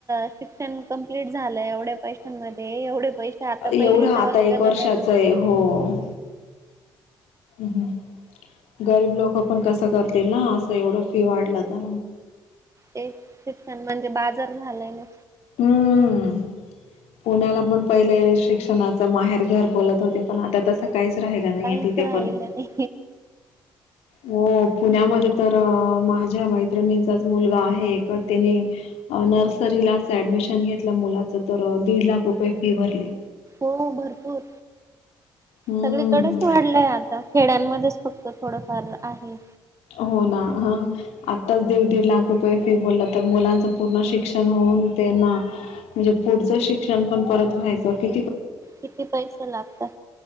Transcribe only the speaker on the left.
एवढा
आता
एक वर्षाच
आहे हो हम् हमम गरीब लोक पण कसं करतील ना असं एवढं फी वाढलं तर
हम्म पुण्याला पण पहिले शिक्षणाच माहेर घर बोलत होते पण आता तसं काहीच राहिला नाहीे
तिथे
पण
हो पुण्यामध्ये तर माझ्या मैत्रिणींचाच मुलगा आहे एक त्यांनी नर्सरीलाच ऍडमिशन घेतलं मुलाचं तर दीड लाख रुपये फी भरले
हम्म
हो ना ह आत्ताच दीड दीड लाख रुपये फिर बोलला तर मुलांचं पूर्ण शिक्षण हो म्हणज पुढ शिक्षण पण परत व्हायच कि